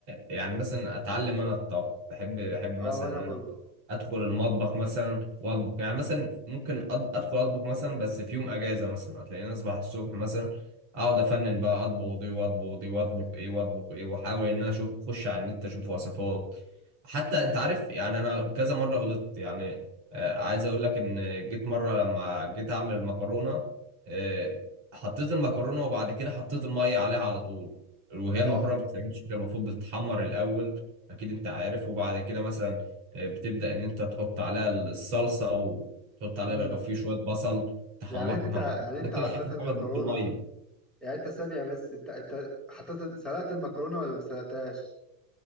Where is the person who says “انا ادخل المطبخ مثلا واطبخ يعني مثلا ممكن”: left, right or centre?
Right